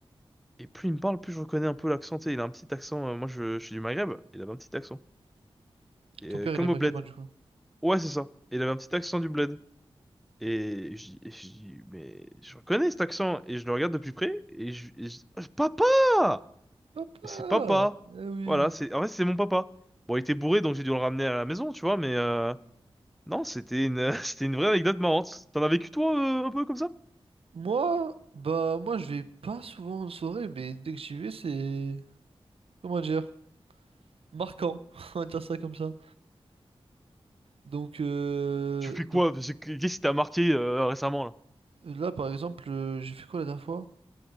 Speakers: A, in the centre; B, on the right.
A: Et plus il me parle, plus je reconnais un peu l'accent. tu sais, Il a un petit accent. euh, moi, je, je suis du Maghreb. Il avait un petit accent. Et,
B: Ton
A: euh,
B: père,
A: comme
B: il est maghrébin,
A: au bled.
B: du coup.
A: Ouais, c'est ça. Il avait un petit accent du bled. Et je dis, et je dis, mais je reconnais cet accent. Et je le regarde de plus près. Et je, et je dis, Oh, papa!
B: Papa!
A: Mais c'est papa.
B: Eh oui!
A: Voilà, c'est en fait c'est mon papa. Bon, il était bourré donc j'ai dû le ramener à la maison, tu vois, mais euh, non, c'était une <laughs> c'était une vraie anecdote marrante. T'en as vécu toi euh, un peu comme ça?
B: Moi, bah moi je vais pas souvent en soirée, mais dès que j'y vais, c'est comment dire, marquant, <laughs> on va dire ça comme ça. Donc euh,
A: Tu fais quoi?
B: donc
A: Parce que- Qu'est-ce qui t'a marqué euh, récemment là?
B: là par exemple, euh, j'ai fait quoi la dernière fois?